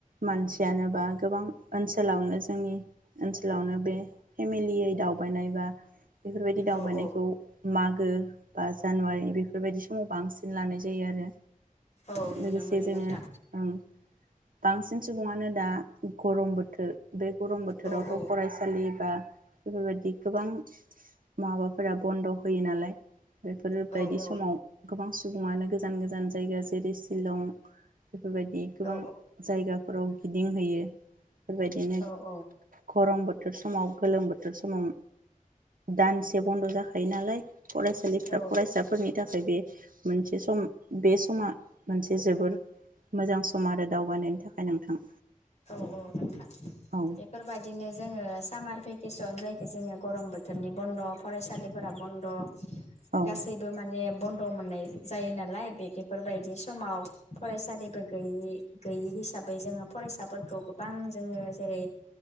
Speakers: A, on the right; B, on the left.
A: मानसियानो बा गोबां ओनसोलावनो जोंनि ओनसोलावनो बे फेमिलियै दावबायनाय बा बेफोरबायदि दावबायनायखौ
B: औ औ
A: मागो बा जानुवारि बेफोरबायदि समाव बांसिन लानायज जायो आरो
B: औ नुनो
A: लोगोसे
B: मोनो
A: जोङो
B: नोंथां
A: ओं बांसिन सुबुङानो दा गरम बोथोर बे गरम बोथोरावथ
B: औ औ
A: फरायसालि बा बेफोरबायदि गोबां माबा फोरा बन्द' होयो नालाय। बेफोर
B: औ
A: बायदि
B: औ
A: समाव गोबां सुबुङानो गोजान गोजान जायगा जेरै शिलं बेफोर बायदि गोबां
B: औ
A: जायगा। फोराव गिदिंहैयो। बेबायदिनो।
B: औ औ
A: गरम बोथोर समाव गोलोम बोथोर समाव दानसे बन्द जाखायो नालाय। फरायसालिफ्रा
B: औ
A: फरायसाफोरनि ताखाय बे मोनसे सम बे समा मोनसे जोबोर मोजां सम आरो दावबायनायनि थाख नोंथां।
B: औ औ नोंथां
A: औ
B: बेफोर बायदिनो जोङो सामार पे केसन जायखौ जोंङो गरम बोथोरनि बन्द फरायसालिफोरा बन्द
A: औ
B: गासैबो माने बन्द मोननाय जायो नालाय बे बेफोरबायदि समाव फरायसालिबो गैयि गैयि हिसाबै जोङो फरायसा फिसाफोरखौ गोबां जोंङो जेरै